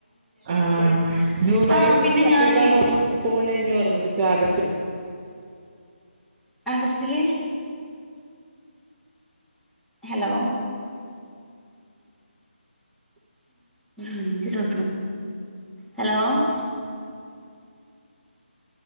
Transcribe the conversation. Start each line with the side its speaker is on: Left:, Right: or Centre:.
Right: ആ ജൂലൈൽ
Centre: ആഹ്
Right: ഈ
Centre: പിന്നെ
Right: ഷർട്ട്
Centre: ഞാനേ
Right: എടുക്കാൻ പോ പോണ്ട എന്നെ ഓർമ്മിപ്പിചോ ആഗസ്റ്റ
Centre: ആഗസ്റ്റലെ ഹലോ റേഞ്ചുള്ള ഹലോ <unintelligible>